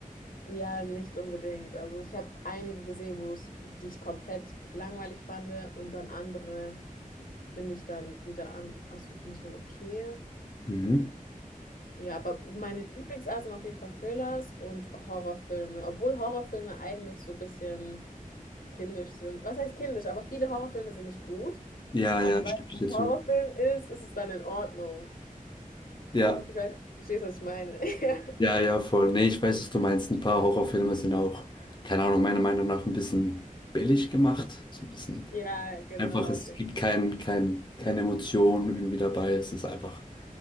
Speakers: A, on the left (about 80°); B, on the left (about 30°).
A: ja, nicht unbedingt. Also ich habe einige gesehen, wo es, die ich komplett langweilig fand und dann andere finde ich dann wieder an, also finde ich dann okay.
B: Mhm.
A: Ja, aber meine Lieblingsart sind auf jeden Fall Thrillers und Horrorfilme. Obwohl Horrorfilme eigentlich so ein bisschen kindisch sind. Was heißt kindisch? Aber viele Horrorfilme sind nicht gut.
B: Ja,
A: Aber
B: ja,
A: weil
B: stimme
A: es
B: ich dir
A: ein
B: zu.
A: Horrorfilm ist, ist es dann in Ordnung.
B: Ja,
A: Ich weiß, du verstehst, was ich meine. <laughs>
B: ja, ja, voll. Nee, ich weiß, was du meinst. Ein paar Horrorfilme sind auch, keine Ahnung, meiner Meinung nach ein bisschen billig gemacht. So ein bisschen
A: Ja, genau.
B: einfach, es
A: Auf jeden-
B: gibt kein, kein, keine Emotion irgendwie dabei. Es ist einfach,